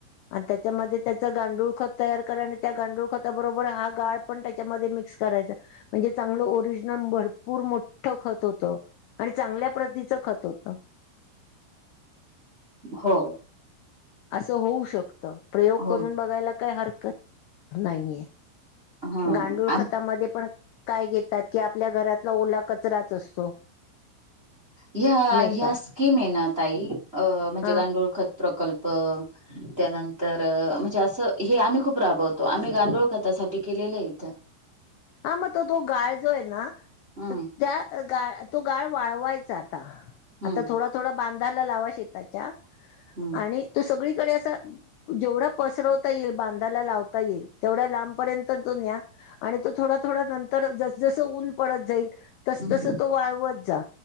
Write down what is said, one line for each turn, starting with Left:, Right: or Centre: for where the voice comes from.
Left: आणि त्याच्यामध्ये त्याचं गांडूळ खत तयार करा आणि त्या गांडूळ खताबरोबर हा गाळ पण त्याच्यामध्ये मिक्स करायचा. म्हणजे चांगलं ओरिजिनल भरपूर मोठं खत होतं. आणि चांगल्या प्रतीच खत होतं.
Right: हो..
Left: असं होऊ शकतं. प्रयोग
Right: हो
Left: करून बघायला काही हरकत नाहीये.
Right: हा
Left: गांडूळ खतामध्ये पण काय घेतात की आपल्या घरातला ओला कचराच असतो.
Right: ह, ह्या
Left: नाही का
Right: स्कीम आहे ना ताई अ म्हणजे
Left: हा
Right: गांडोळ खत प्रकल्प, त्यानंतर म्हणजे असं हे आम्ही खूप राबवतो आम्ही गांडोळ कथासाठी केलेलं इथं
Left: हा मग तो तो गाळ जो आहे ना
Right: हम्म
Left: तर त्या गा तो गाळ वाळवायचा आता.
Right: हम्म
Left: आता थोडा, थोडा बांधाला लावा. शेताच्या
Right: हम्म
Left: आणि तो सगळीकडे असा जेवढा पसरवता येईल बांधाला लावता येईल तेवढ्या लांबपर्यंत त तो न्या आणि त थोड, थोडा नंतर तर जस जस ऊन पडत जाईल तस
Right: हम्म
Left: तस तो वाळवात जा.